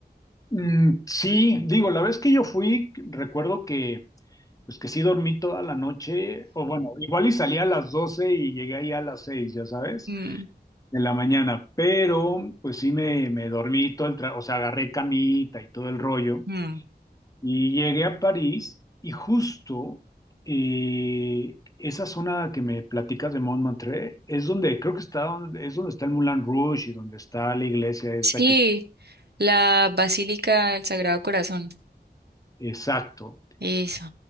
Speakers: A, on the left (about 20°); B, on the right (about 70°).
A: Mm, sí, digo, la vez que yo fui, recuerdo que, pues que sí dormí toda la noche, o bueno, igual y salí a las 12 y llegué ahí a las 6 ya sabes,
B: Mm,
A: de la mañana, pero pues sí me, me dormí todo el tra- o sea, agarré camita y todo el rollo.
B: mm.
A: Y llegué a París y justo eh, esa zona que me platicas de Montmartre es donde creo que está donde- es donde está el Moulin Rouge y donde está la iglesia esta
B: Sí,
A: que es
B: la Basílica del Sagrado Corazón.
A: exacto.
B: Eso.